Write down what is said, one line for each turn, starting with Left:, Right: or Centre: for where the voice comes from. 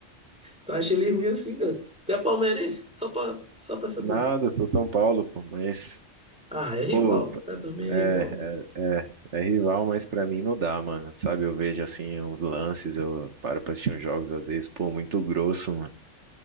Centre: Tu acha ele ruim assim, cara? Tu é palmeirense? Só pra, só pra saber.
Right: Nada, sou São Paulo, pô, mas.
Centre: Ah, é rival,
Right: Pô,
Centre: tá? Também
Right: é,
Centre: é rival.
Right: É é rival, mas pra mim não dá, mano. Sabe, eu vejo assim uns lances, eu paro pra assistir uns jogos às vezes, pô, muito grosso, mano.